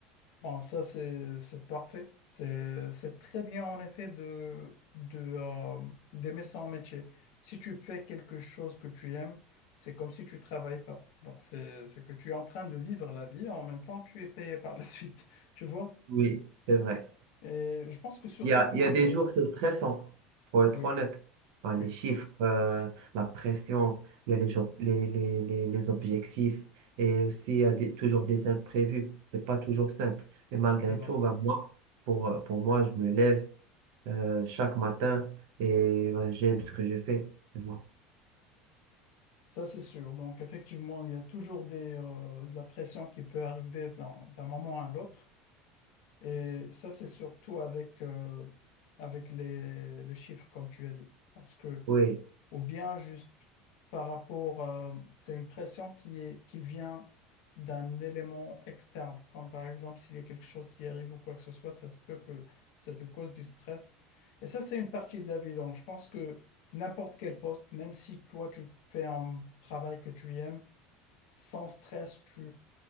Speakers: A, on the left; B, on the right.
A: Bon, ça, c'est, c'est parfait. C'est, c'est très bien, en effet, de, de, euh, d'aimer son métier. Si tu fais quelque chose que tu aimes, c'est comme si tu travailles pas. Donc, c'est, c'est que tu es en train de vivre la vie, en même temps, tu es payé par la <laughs> suite, tu vois?
B: Oui, c'est vrai.
A: Et je pense que surtout
B: Il y a,
A: pour
B: il y a
A: les...
B: des jours, c'est stressant, faut être
A: Oui,
B: honnête. Enfin,
A: oui,
B: les chiffres, euh, la pression, il y a les, jours- les, les, les, les objectifs et aussi il y a des- toujours des imprévus. C'est pas toujours simple. Et malgré
A: c'est vrai.
B: tout, ben, moi, pour, pour moi, je me lève euh, chaque matin et ben, j'aime ce que je fais. tu vois.
A: Ça, c'est sûr. Donc, effectivement, il y a toujours des, euh, de la pression qui peut arriver d'un d'un moment à l'autre. Et ça, c'est surtout avec, euh, avec les, les chiffres, comme tu as dit. Parce que,
B: Oui,
A: ou bien juste par rapport, euh, c'est une pression qui est, qui vient d'un élément externe. Comme par exemple, s'il y a quelque chose qui arrive ou quoi que ce soit, ça se peut que ça te cause du stress. Et ça, c'est une partie de la vie. Donc, je pense que n'importe quel poste, même si toi, tu fais un travail que tu aimes, sans stress, tu...